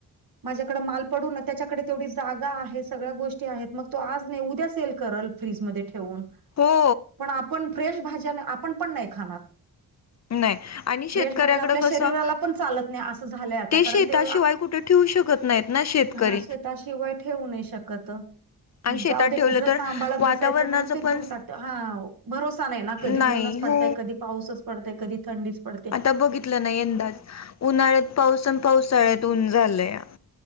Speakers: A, on the right; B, on the left.
A: माझ्याकडे माल पडून. त्याच्याकडे तेवढी जागा आहे. सगळ्या गोष्टी आहेत. मग तो आज नाही उद्या सेल करल. फ्रीजमध्ये ठेवून.
B: हो.
A: पण आपण फ्रेश भाज्या, आपण पण नाही खाणार.
B: नाही आणि शेतकऱ्याकडं
A: फ्रेश भाज्या आपल्या
B: कसं
A: शरीराला पण चालत नाही. असं झालंय आता. कारण
B: शेताशिवाय
A: ते
B: कुठे ठेवू शकत नाहीत ना शेतकरी.
A: हा शेताशिवाय ठेवू नाही शकत.
B: आणि
A: मग
B: शेतात
A: जाऊ दे,
B: ठेवलं
A: कुठं
B: तर
A: सांभाळत
B: वातावरणाचं
A: बसायचं. म्हणून ते देऊन
B: पण
A: टाकता. हा भरोसा नाहीना. कधी
B: नाही
A: ऊनच
B: हो
A: पडतय, कधी पाऊसच पडतय, कधी थंडीच पडत
B: आता बघितलं ना यंदाच. उन्हाळ्यात पाऊसन, पावसाळ्यात ऊन झालंया.